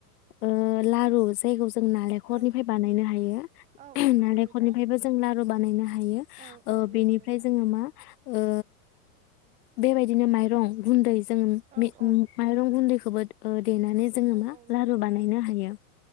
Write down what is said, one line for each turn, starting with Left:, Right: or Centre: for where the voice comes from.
Left: ओ लारु जायखौ जों नालेंखरनिफ्राय
Right: औ
Left: बानायनो हायो
Right: औ औ नंगौ
Left: नालेंखलनिफ्रायबो
Right: नोंथां
Left: जों लारु बानायनो हायो
Right: औ
Left: ओ
Right: औ नंगौ
Left: बेनिफ्राय
Right: नोंथां
Left: जोङो मा ओ बेबायदिनो माइरं गुन्दै जों
Right: औ
Left: <unintelligible>
Right: औ
Left: माइरं गुन्दैखौबो ओ देनानै जोङो
Right: औ
Left: मा
Right: औ नंगौ
Left: लारु
Right: नोंथां
Left: बानायनो हायो